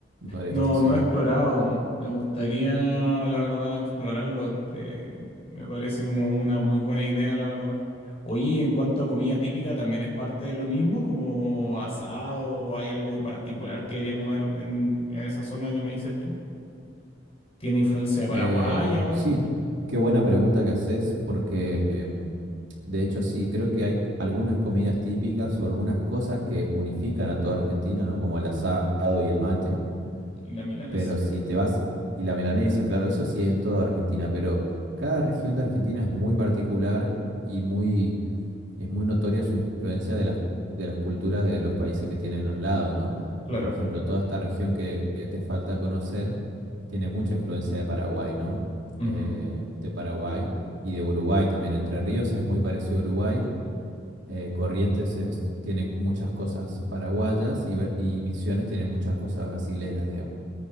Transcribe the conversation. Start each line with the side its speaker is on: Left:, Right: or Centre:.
Right: Noreste,
Left: No,
Right: sí.
Left: no he explorado aún. Me gustaría, la verdad, explorarlo. Te- me parece como una muy buena idea, la verdad. Oye, y en cuanto a comida típica, ¿también es parte de lo mismo, como asado? ¿Hay algo particular que debería comer en, en esa zona que me dices tú? ¿Tiene influencia paraguaya
Right: Eh,
Left: o algo?
Right: sí, qué buena pregunta que haces, porque em, de hecho sí, creo que hay algunas comidas típicas o algunas cosas que unifican a toda Argentina, ¿no? Como el asado y el mate.
Left: Y la milanesa.
Right: Pero si te vas, y la milanesa, claro, eso sí es en toda Argentina, pero cada región de Argentina es muy particular y muy es muy notoria su influencia de las, de las culturas de los países que tienen al lado, ¿no?
Left: Claro.
Right: Por ejemplo, toda esta región que, que te falta conocer tiene mucha influencia de Paraguay, ¿no?
Left: Ujú.
Right: Eh, de Paraguay y de Uruguay también. Entre Ríos es muy parecido a Uruguay. eh, Corrientes es- tiene muchas cosas paraguayas y, Ver- y Misiones tiene muchas cosas brasileras, digamos.